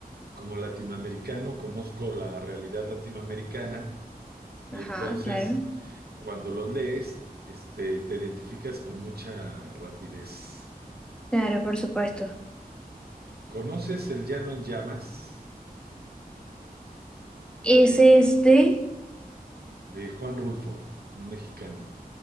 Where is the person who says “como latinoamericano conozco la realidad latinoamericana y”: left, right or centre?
Right